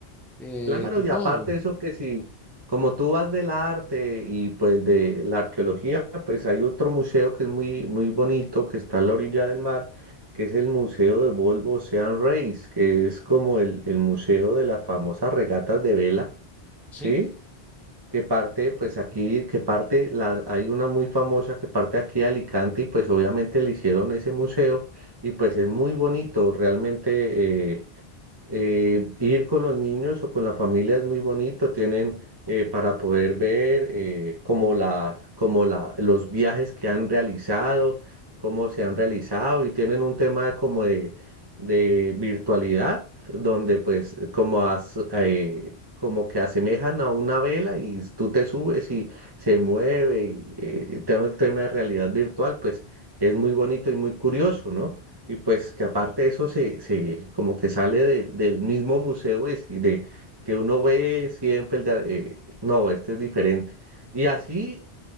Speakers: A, in the centre; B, on the right.
A: Eh,
B: Claro,
A: de
B: y
A: todo.
B: aparte eso que si, como tú vas del arte y pues de la arqueología, pues hay otro museo que es muy, muy bonito, que está a la orilla del mar, que es el Museo de Volvo Ocean Race, que es como el, el museo de las famosas regatas de vela,
A: Sí,
B: ¿sí? que parte, pues aquí, que parte, la, hay una muy famosa que parte aquí de Alicante y pues obviamente le hicieron ese museo y pues es muy bonito, realmente eh, eh, ir con los niños o con la familia es muy bonito, tienen eh, para poder ver eh, como la, como la, los viajes que han realizado, cómo se han realizado y tienen un tema de como de, de virtualidad, donde pues como, as- eh, como que asemejan a una vela y tú te subes y se mueve y eh, todo el tema de realidad virtual, pues es muy bonito y muy curioso, ¿no? Y pues que aparte de eso se, se como que sale de- del mismo museo es, y de que uno ve siempre el de, eh, no, este es diferente. Y así